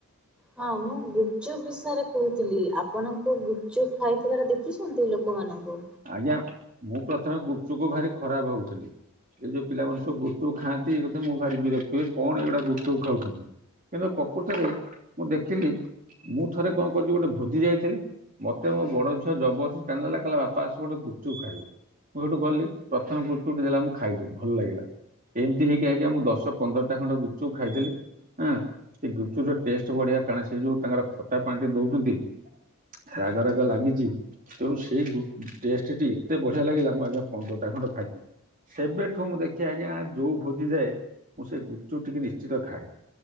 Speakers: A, in the centre; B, on the right.
A: ହଁ ମୁଁ ଗୁପଚୁପ ବିଷୟରେ କହୁଥିଲି ଆପଣଙ୍କୁ ଗୁପଚୁପ ଖାଇଥିବାର ଦେଖିଛନ୍ତି ଲୋକମାନଙ୍କୁ।
B: ଆଜ୍ଞା ମୁଁ ପ୍ରଥମେ ଗୁପଚୁପ ଭାରି ଖରାପ ଭାବୁଥିଲି। ଏଇ ଯୋଉ ପିଲାମାନେ ସବୁ ଗୁପଚୁପ ଖାଆନ୍ତି ଇକଥା ମୁଁ ଭାରି ବିରକ୍ତ ହୁଏ କଣ ଏଗୁଡା ଗୁପଚୁପ ଖାଉଛନ୍ତି। କିନ୍ତୁ ପ୍ରକୃତରେ ମୁଁ ଦେଖିଲି। ମୁଁ ଥରେ କଣ କରୁଛି ଗୋଟେ ଭୋଜି ଯାଇଥିଲି ମତେ ମୋ ବଡ ଝିଅ ଜବରଦସ୍ତି ଟାଣିନେଲା କହିଲା ବାପା ଆସ ଗୋଟେ ଗୁଚୁପ ଖାଇବ ମୁଁ ସେଠୁ ଗଲି ପ୍ରଥମ ଗୁପଚୁପ ଟିଦେଲା ମୁଁ ଖାଇଲି ଭଲ ଲାଗିଲା। ଏମିତି ହେଇକି ଆଜ୍ଞା ମୁଁ ଦଶ ପନ୍ଦରଟା ଖଣ୍ଡ ଗୁପଚୁପ ଖାଇଦେଲି। ହଁ ସେ ଗୁପଚୁର ଟେଷ୍ଟ ବଢିଆ କାରଣ ସେ ଯୋଉ ତାଙ୍କର ଖଟା ପାଣି ରେ ଦଉଛନ୍ତି। ରାଗ ରାଗ ଲାଗିଛି ତେଣୁ ସେଇ ଗୁ ଟେଷ୍ଟ ଟି ଏତେ ବଢିଆ ଲାଗିଲା ମୁଁ ଆଜ୍ଞା ପନ୍ଦରଟା ଖଣ୍ଡ ଖାଇଦେଲି। ସେବେଠୁ ମୁଁ ଦେଖେ ଆଜ୍ଞା ଯୋଉ ଭୋଜି ଯାଏ ମୁଁ ସେ ଗୁପଚୁପ ଟିକେ ନିଶ୍ଚିତ ଖାଏ